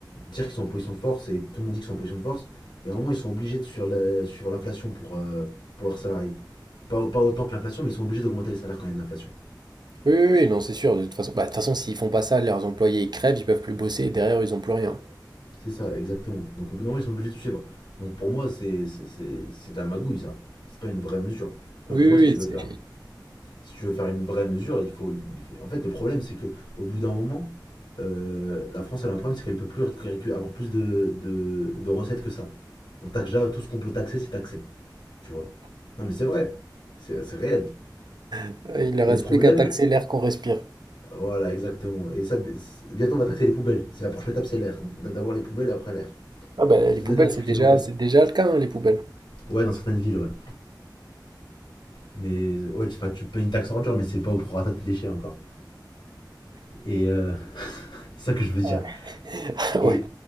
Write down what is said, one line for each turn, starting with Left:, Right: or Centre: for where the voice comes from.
Left: dire qu'ils sont en position de force et tout le monde dit qu'ils sont en position de force, il y a un moment, ils sont obligés de suivre la- suivre l'inflation pour, euh, pour leurs salariés. Pas, pas autant que l'inflation, mais ils sont obligés d'augmenter les salaires quand il y a de l'inflation.
Right: oui, oui, oui, non, c'est sûr. De toute façon, bah, de toute façon, s'ils font pas ça, leurs employés ils crèvent, ils peuvent plus bosser, et derrière ils ont plus rien.
Left: C'est ça, exactement. Donc au bout d'un moment, ils sont obligés de suivre. Donc pour moi, c'est c'est- c'est- c'est de la magouille, ça. C'est pas une vraie mesure. Tu
Right: Oui,
Left: vois, pour
Right: oui,
Left: moi,
Right: oui,
Left: si tu veux
Right: c'est,
Left: faire si tu veux faire une vraie mesure, il faut. il- En fait, le problème, c'est que au bout d'un moment, euh, la France, elle a un problème, c'est qu'elle ne peut plus avoir plus de, de, de recettes que ça. On taxe déjà tout ce qu'on peut taxer, c'est taxé, tu vois. Non, mais c'est vrai, c'est réel.
Right: <laughs> il leur
Left: Et
Right: reste
Left: le problème,
Right: plus qu'à taxer l'air qu'on respire.
Left: voilà, exactement. Et ça, bientôt, on va taxer les poubelles. C'est la prochaine étape, c'est l'air. D'abord les poubelles, après l'air.
Right: Ah ben
Left: C'est
Right: les poubelles,
Left: peut-être un truc
Right: c'est déjà,
Left: qui nous reste.
Right: c'est déjà le cas, hein, les poubelles.
Left: Ouais, dans certaines villes, ouais. Mais ouais, tu, enfin, tu payes une taxe ordure, mais c'est pas au prorata de tes déchets encore. Et euh, <laughs> c'est ça que je veux dire.
Right: Ouais. <laughs>
Left: Et
Right: Ouais,